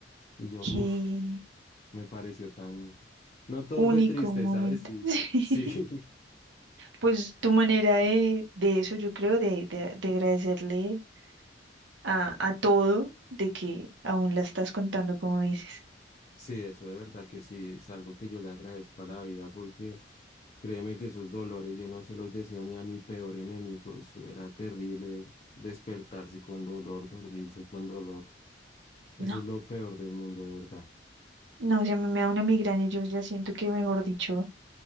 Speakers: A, on the left (about 35°); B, on the right (about 80°).
A: Y yo,
B: ¡Qué
A: uff, me pareció tan... No todo
B: único
A: fue triste,
B: momento!
A: ¿sabes? Sí,
B: <laughs> Sí.
A: <laughs> sí.
B: Pues tu manera de, de eso, yo creo, de, de, de agradecerle a, a todo, de que aún la estás contando, como dices.
A: Sí, eso de verdad que sí, es algo que yo le agradezco a la vida porque créeme que esos dolores yo no se los deseo ni a mi peor enemigo, eso era terrible despertarse con dolor, dormirse con dolor, eso
B: No,
A: es lo peor del mundo de verdad.
B: no, o sea, me, me da una migraña, yo ya siento que, mejor dicho.